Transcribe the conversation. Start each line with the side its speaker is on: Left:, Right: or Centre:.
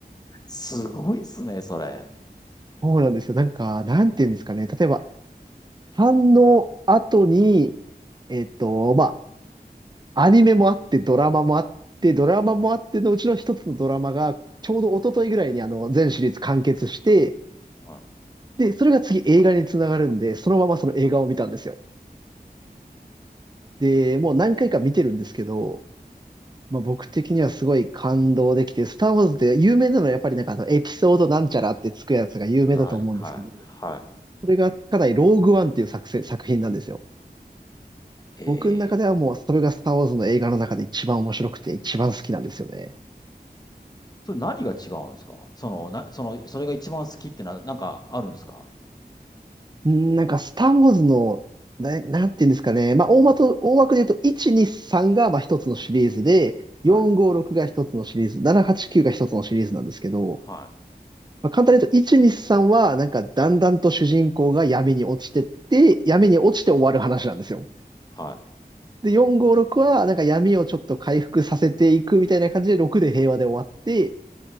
Left: すごいっすね、それ。
Right: そうなんですよ。なんか、なんていうんですかね、例えば3の後に、えっと、まあ、アニメもあってドラマもあって、ドラマもあってのうちの一つのドラマが、ちょうど一昨日ぐらいにあの全シリーズ完結して、
Left: はい、
Right: で、それが次映画につながるんで、そのままその映画を見たんですよ。で、もう何回か見てるんですけど、まあ、僕的にはすごい感動できて、スター・ウォーズって有名なのはやっぱりなんかあのエピソードなんちゃらってつくやつが有名だと思うんですけど、
Left: はい、はい。は
Right: それがかなりローグワンっていう作戦、作品なんですよ。
Left: いえー、
Right: 僕の中ではもうそれがスター・ウォーズの映画の中で一番面白くて一番好きなんですよね。
Left: それ何が違うんですかその、な、その、それが一番好きってな、なんかあるんですか
Right: うん、なんか、スター・ウォーズの、な、なんていうんですかね。まあ、大まと、大枠で言うと、1、2、3が、まあ、一つのシリーズで、4、
Left: はい、
Right: 5、6が一つのシリーズ、7、8、9が一つのシリーズなんですけど、
Left: はい、
Right: まあ、簡単に言うと、1、2、3は、なんか、だんだんと主人公が闇に落ちてって、闇に落ちて終わる話なんですよ。
Left: は
Right: で、4、5、6は、なんか闇をちょっと回復させていくみたいな感じで、6で平和で終わって、